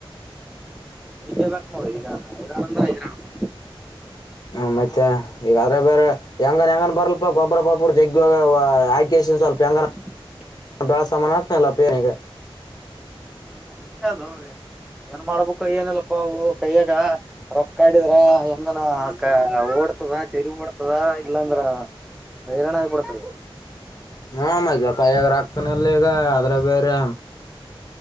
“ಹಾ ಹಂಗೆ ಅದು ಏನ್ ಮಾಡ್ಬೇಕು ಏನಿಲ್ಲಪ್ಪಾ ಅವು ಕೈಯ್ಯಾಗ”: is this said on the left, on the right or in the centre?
Centre